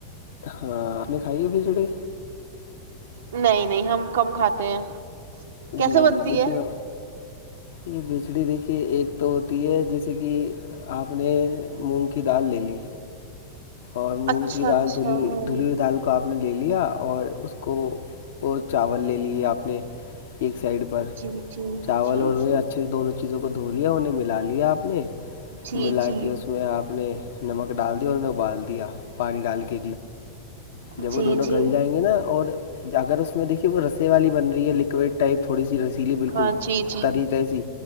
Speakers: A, on the left; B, on the right.
A: ہاں نے کھائی ہے بھی جڑی
B: نہیں نہیں ہم کم کھاتے ہیں کیسے
A: جی
B: بنتی
A: جی دیکھیے
B: ہے
A: گا یہ بجلی دیکھیے ایک تو ہوتی ہے جیسے کہ آپ نے مونگ کی دال لے لی اور مونگ
B: اچھا
A: کی دال
B: اچھا
A: دھلیئی
B: ہاں
A: دھلی ہوئی دال کو آپ نے لے لیا اور اس کو وہ چاول لے لیے آپ نے ایک سائڈ پر
B: جی جی
A: چاول
B: جی
A: اور
B: جی
A: انہیں اچھے سے دونوں چیزوں کو دھو لیا انہیں ملا لیا آپ نے
B: جی
A: ملا
B: جی
A: کے اس میں آپ نے نمک ڈال دییا ان د پانی ڈال گ جب
B: جی
A: دوں
B: جی
A: گل جائیں گے نا اور اگر اسس میں دیکھیے وہ رسیں والی بن رہی ہے لکوڈ ٹائپ تھوڑی سی رسیلی بالکل
B: ہاں جی جی
A: تریق ایسی